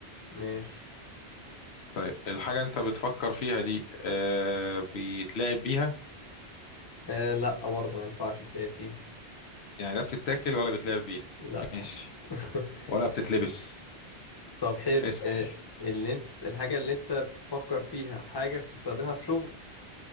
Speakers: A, on the left; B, on the left.
A: ماشي
B: طيب الحاجة اللي انت بتفكر فيها دي آه، بيتلعب بيها
A: آه لا برضه ما ينفعش تلعب بيها
B: يعني لا بتتاكل ولا بيتلعب بيها
A: لا
B: ماشي
A: <laughs>
B: ولا بتتلبس
A: طب حلو
B: اسأل
A: آه اللي انت الحاجة اللي انت بتفكر فيها حاجة بتستخدمها في شغل